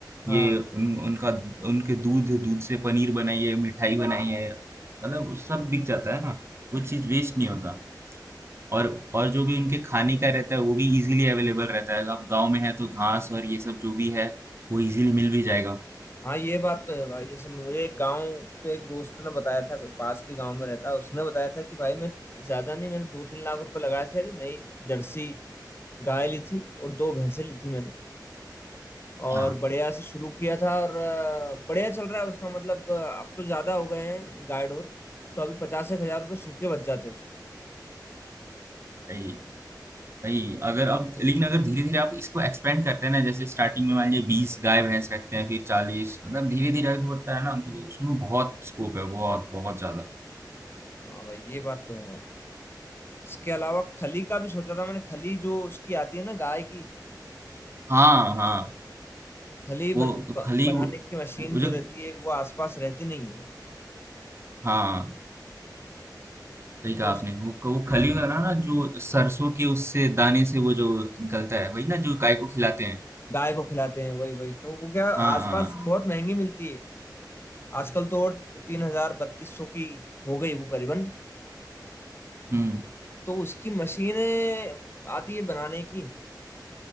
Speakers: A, on the left (about 30°); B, on the right (about 35°).
A: हाँ
B: ये उन, उनका उनके दूध दूध से पनीर बनाइए मिठाई बनाइए मतलब उस सब बिक जाता है ना कुछ चीज वेस्ट नहीं होता और और जो भी उनके खाने का रहता है वो भी इजीली अवेलेबल रहता है आप गांव में है तो घास और ये सब जो भी है वो इजीली मिल भी जाएगा
A: हाँ ये बात तो है भाई जैसे मुझे एक गांव के एक दोस्त ने बताया था कोई पास के गांव में रहता है उसने बताया था कि भाई मैं ज्यादा नहीं मैंने दो तीन लाख रुपए लगाए थे नई जर्सी गाय ली थी और दो भैंसें ली थी मैंने और
B: हाँ
A: बढ़िया से शुरू किया था और अ, बढ़िया चल रहा है उसका मतलब अ, अब तो ज्यादा हो गए हैं गाय डोर तो अभी पचास एक हजार रुपये सूखे बच जाते हैं उसको
B: वही। वही अगर अब लेकिन अगर धीरे धीरे आप इसको एक्सपेंड करते हैं ना जैसे स्टार्टिंग में मान लीजिए बीस गाय भैंस रखते हैं फिर चालीस मतलब धीरे धीरे आगे बढ़ता है ना तो उसमें बहुत स्कोप है बहुत बहुत ज्यादा
A: हाँ भाई ये बात तो है भाई इसके अलावा खली का भी सोचा था मैंने खली जो उसकी आती है ना गाय की
B: हाँ हाँ
A: खली बन,
B: वो
A: ब,
B: खली
A: बनाने
B: वो,
A: की मशीन
B: वो
A: जो
B: जो
A: रहती है वो आसपास रहती नहीं है
B: हाँ सही कहा
A: तो
B: आपने
A: उस
B: वो वो खली वाला ना जो सरसों के उससे दाने से वो जो निकलता है वही ना जो गाय को खिलाते हैं
A: गाय को खिलाते हैं वही वही तो वो क्या आसपास
B: हाँ हाँ
A: बहुत महंगी मिलती है आजकल तो और तीन हजार बत्तीस सौ की हो गई वो करीबन
B: हम्म
A: तो उसकी मशीनें आती है बनाने की